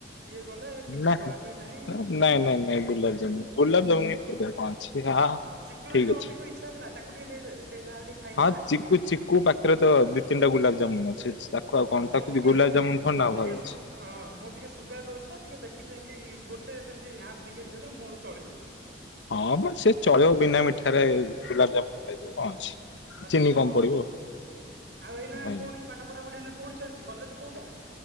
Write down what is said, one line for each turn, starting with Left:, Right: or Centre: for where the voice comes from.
Right: ଇଏ କଲେ କିଛି
Left: ନା
Right: କୁହାକୁହି ନାହିଁ
Left: ନାଇଁ ନାଇଁ ନାଇଁ ଗୁଲାବଜାମୁନ ଗୁଲାବଜାମୁନ
Right: ହଁ
Left: କାଇଁ ପାଦରେ ଇ ହା ହା
Right: ହଁ ଚିକୁର
Left: ଠିକ
Right: ଟିକେ
Left: ଅଛି
Right: ଅଧିକ ଇଚ୍ଛା ଥିଲା ତାକୁ ଟିକେ ଦେଇଦେବେ ସେ ଯାହାହେଲେ ଟିକେ ଖାଇବ
Left: ହଁ
Right: ନା
Left: ଚିକୁ ଚିକୁ ପାଖ ତାରେ ତ ଦି -ତିନି ଟା ଗୋଲାପଜାମୁନ ଅଛି ଛି ତାକୁ ଆଉ କଣ
Right: ମୋର
Left: ତାକୁ
Right: ଟିକେ
Left: ଯ ଗୁଲାବ ଜାମୁନ କଣ
Right: ମୋର
Left: ଟା ଅଭାବ
Right: ଟିକେ
Left: ଅଛି।
Right: ସୁ ହଁ ମୋର ଟିକେ ସୁଗାର ରହୁଛି ତ ଟିକେ ଦେଖି ଚାଇଁକି ଗୋଟେ ସେମିତି ହାଫ୍ ଦି <unintelligible> ମୋର ଚଳିଯିବ।
Left: ହଁ ମ ସେ ଚଳିବ ବିନା ମିଠାରେ ଗୁଲାପଜାମୁନ ଖାଇଦବ କଣ ଅଛି।
Right: ଆଚ୍ଛା
Left: ଚିନି କମ
Right: ହଉ
Left: ପଡିବ।
Right: ଆଉ ଏଇନା
Left: ଆଜ୍ଞା।
Right: କୋଉଠି ପାଠ ପଢା ପଢି ନା କୋଉଠି ଚାଲିଛି କଲେଜ କୋଉଟା?